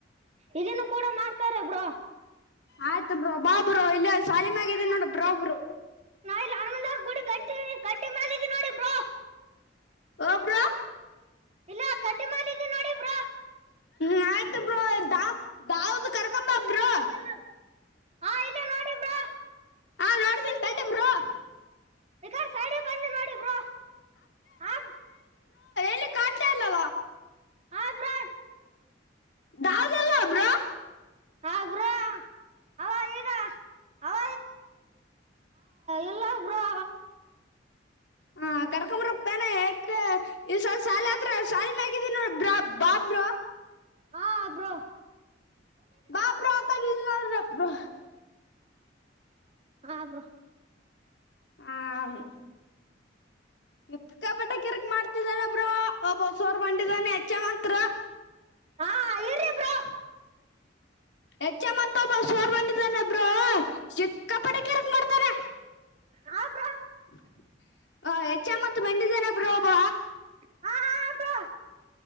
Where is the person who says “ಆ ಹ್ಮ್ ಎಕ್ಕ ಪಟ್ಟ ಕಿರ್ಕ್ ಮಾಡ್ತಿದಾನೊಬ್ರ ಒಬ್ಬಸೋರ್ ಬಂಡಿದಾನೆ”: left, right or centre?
Left